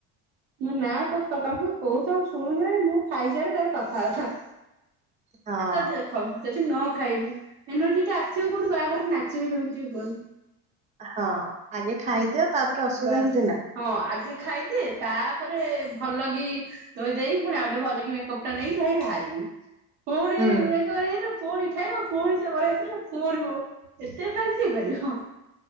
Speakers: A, on the right; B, on the right.
A: ମୋ ନା ତ ତାଙ୍କୁ କହୁଥ ଶୁଣୁନ ମୁଁ ଖାଇସାରେ ତାପରେ କଥାବାର୍ତ୍ତା।
B: ହଁ
A: ଆଉ ଯ ଦେଖ ନ ଖାଇବି ଏନୋଜି ଆସିବ କୋଉଠୁ ବାହାଘରରେ ନାଚିବି କେମିତି ଟିକେ କୁହନି?
B: ହଁ ଆଗେ ଖାଇଦିଅ ତାପରେ ଅସୁବିଧା
A: ବା
B: କିଛି ନାହିଁ
A: ହଁ ଆଜି ଖାଇଦେ ତାପରେ ଭଲ କି ଧୋଇ ଦେଇ ପୁଣି ଆଉ ଟେ ଭଲ କି ମେକଅପ୍ ଟା ନେଇକି ଭାଇ ବାହାରିବି। ପୁଣି
B: ହୁଁ
A: ଏକ ପୁଣି ଖାଇବ ପୁଣି ତେ ବଡ ହେଇଥିଲୁ ପୁଣି ହ ଏତେ ବାର ସିଏ କରିବ।